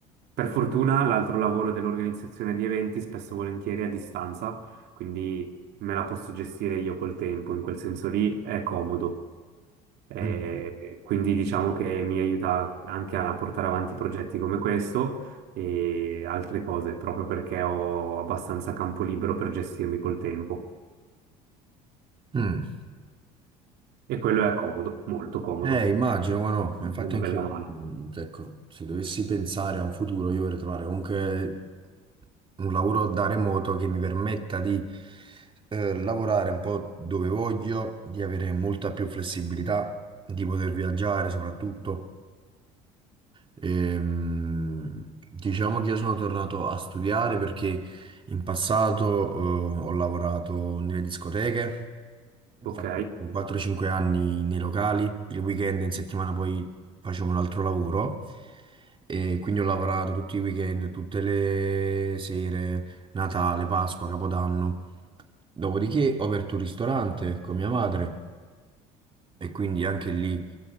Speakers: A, on the right (about 70°); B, on the right (about 30°).
A: Per fortuna l'altro lavoro dell'organizzazione di eventi spesso e volentieri è a distanza, quindi me la posso gestire io col tempo, in quel senso lì è comodo. Eh,
B: Mm.
A: quindi diciamo che mi aiuta anche a portare avanti progetti come questo e altre cose, proprio perché ho abbastanza campo libero per gestirmi col tempo.
B: Mm.
A: E quello è comodo, molto comodo,
B: Eh, immagino, ma no, ma infatti
A: una
B: anch'io,
A: bella mano.
B: mm, ecco, se dovessi pensare a un futuro, io vorrei trovare comunque un lavoro da remoto che mi permetta di eh, lavorare un po' dove voglio, di avere molta più flessibilità, di poter viaggiare soprattutto. Ehm, diciamo che io sono tornato a studiare perché in passato, eh, ho lavorato nelle discoteche, ho
A: Ok?
B: fatto 4-5 anni nei locali, il weekend in settimana poi facevo un altro lavoro e quindi ho lavorato tutti i weekend, tutte le sere, Natale, Pasqua, Capodanno. Dopodiché ho aperto un ristorante con mia madre e quindi anche lì